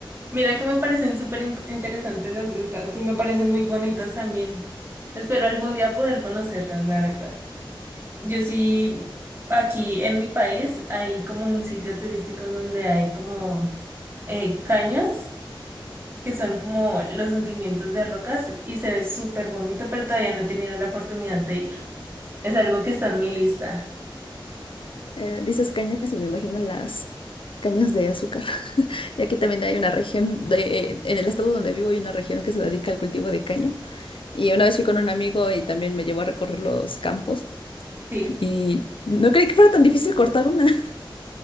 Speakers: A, on the right; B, on the left.
A: Mira que me parecen súper in- interesantes las grutas y me parecen muy bonitas también. Espero algún día poder conocerlas, la verdad. Yo sí, aquí en mi país hay como un sitio turístico en donde hay como eh, caños. que son como los hundimientos de rocas y se ve súper bonito, pero todavía no he tenido la oportunidad de ir. Es algo que está en mi lista.
B: Eh, dices cañas y me imagino las cañas de azúcar. <laughs> Y aquí también hay una región de, en el estado donde vivo hay una región que se dedica al cultivo de caña. Y una vez fui con un amigo y también me llevó a recorrer los campos
A: Sí,
B: y no creí que fuera tan difícil cortar una. <laughs>